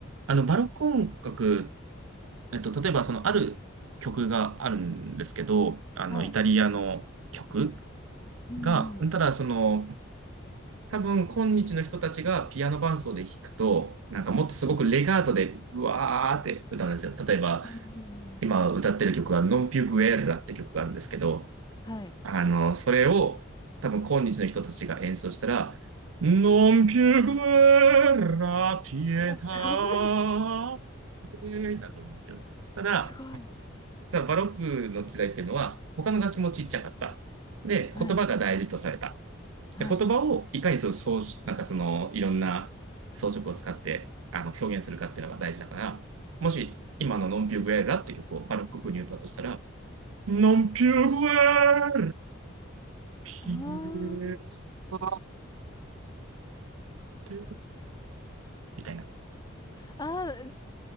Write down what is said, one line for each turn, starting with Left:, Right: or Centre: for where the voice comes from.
Right: あの、バロック音楽、えっと、例えばそのある曲があるんですけど、あの、
Left: はい。
Right: イタリアの曲
Left: うんうん。
Right: が、ただその、多分今日の人たちがピアノ伴奏で弾くと、なんかもっとすごくレガートでうわーって歌うんですよ。
Left: はい。
Right: 例えば
Left: うんうんうん。
Right: 今歌ってる曲がノンピュグエルラって曲があるんですけど、
Left: はい。
Right: あの、それを多分今日の人たちが演奏したら、ノンピュグエルラピエター
Left: いやすごい。
Right: になると思うんですよ。ただ、
Left: すごい。
Right: ただバロックの時代っていうのは他の楽器もちっちゃかった。で、
Left: はい、
Right: 言葉が大事とされた。
Left: はい、
Right: で言葉をいかにそう装なんかその、いろんな装飾を使ってあの表現するかっていうのが大事だから、もし今のノンピューグエラって曲をバロック風に歌うとしたら、
Left: はい。
Right: ノンピューグエラ、ピ
Left: あ
Right: エタテ、みたいな。
Left: あ、あー